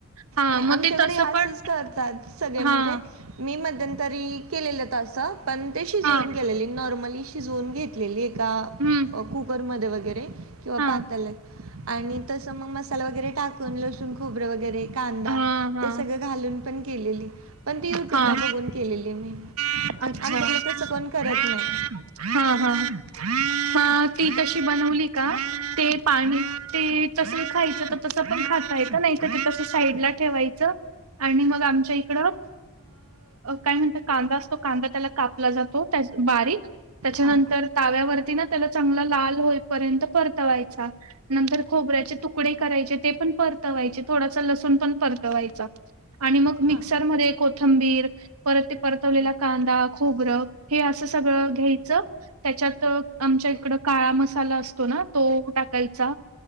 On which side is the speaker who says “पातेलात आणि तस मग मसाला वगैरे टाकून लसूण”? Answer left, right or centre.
Right